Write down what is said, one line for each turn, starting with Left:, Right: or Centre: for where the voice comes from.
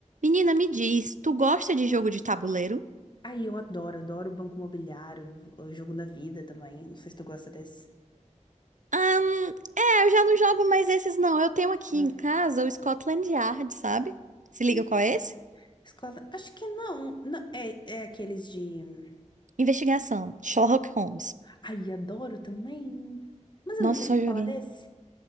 Right: Menina, me diz, tu gosta de jogo de tabuleiro?
Left: Aí eu adoro, adoro o Banco Imobiliário, o Jogo da Vida também. Não sei se tu gosta desse.
Right: Ahn, é, eu já não jogo mais esses não. Eu tenho aqui
Left: Hum.
Right: em casa o Scotland Yard, sabe? Se liga
Left: Hum,
Right: qual é esse?
Left: Escola. Acho que não. Não, é, é aqueles de.
Right: Investigação, Sherlock Holmes.
Left: Ai, adoro também. Mas eu
Right: Nossa,
Left: nunca ouvi
Right: eu só
Left: falar
Right: joguei.
Left: desse.